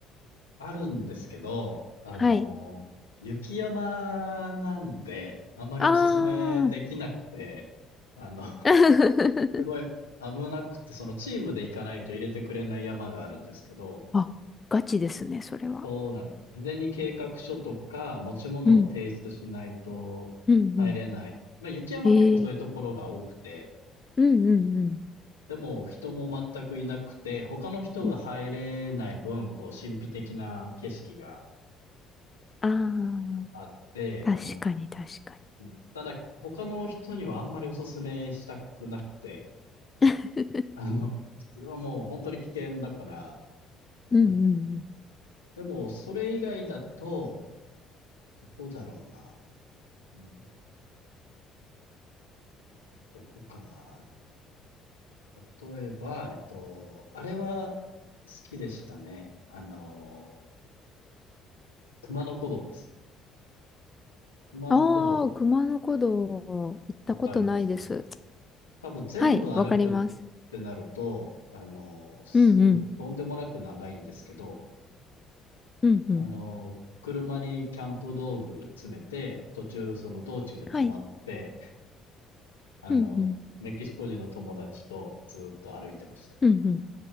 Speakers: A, on the left; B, on the left.
A: あるんですけど、あの、
B: はい。
A: 雪山なんで、あまりおすすめできなくて、
B: あー
A: あの
B: <laughs>
A: すごい危なくて、そのチームで行かないと入れてくれない山があるんですけど、
B: あ、ガチですね、それは。
A: そうなんです。事前に計画書とか持ち物を提出しないと入れない。
B: うん、うん、うん。
A: まあ、雪山は結構そういうところが多くて、
B: えー、うん、うん、
A: でも人も全くいなくて、他の人が入れない分、
B: うん。
A: こう神秘的な景色が
B: ああ
A: あって、あの、
B: ー、確かに確かに。
A: いいなただ他の人にはあんまりおすすめしたくなくて、
B: <laughs>
A: あの、普通はもう本当に危険だから、
B: うんうんうん。
A: なんかでも、それ以外だと、どこだろうな。うん、どこかな。例えば、えっと、あれは好きでしたね。あの、熊野古道です。熊野古道、
B: ああ、熊野古道行ったことないです。
A: わかります多分全部歩くっ
B: はい、わかります。
A: てなると、あの、す、
B: うんうん。
A: とんでもなく長いんですけど、
B: うんうん。
A: あの、車にキャンプ道具詰めて、途中その道中で止まって、
B: はい。
A: あの、
B: うんうん。
A: メキシコ人の友達とずっと歩いてました。
B: うんう